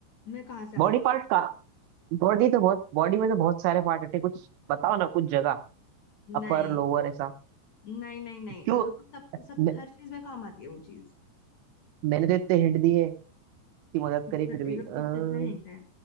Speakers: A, on the left; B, on the right.
A: मैं कहाँ से आता
B: बॉडी
A: हूँ
B: पार्ट का बॉडी तो बहुत बॉडी में तो बहुत सारे पार्ट होते हैं कुछ बताओ ना कुछ जगह अपर
A: नहीं
B: लोअर ऐसा
A: नहीं नहीं नहीं
B: क्यों
A: हम सब सब
B: मैं,
A: हर चीज में काम आती है वो चीज
B: मैंने तो इतने हिंट दिए की मदद
A: इधर
B: करी फिर भी अह,
A: सबसे अच्छा हिंट है